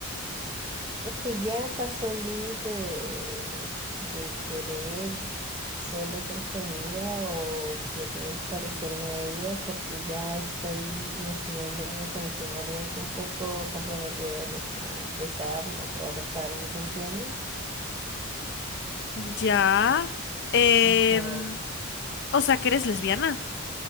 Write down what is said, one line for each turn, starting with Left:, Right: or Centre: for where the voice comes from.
Right: Es que ya pasó el límite de, de querer solo ser su amiga o querer parecerme a ella, porque ya estoy imaginándonos en escenarios un poco comprometedores, o besarnos o abrazarnos, ¿entiendes?
Left: Ya. em,
Right: Ajá.
Left: o sea, que eres lesbiana.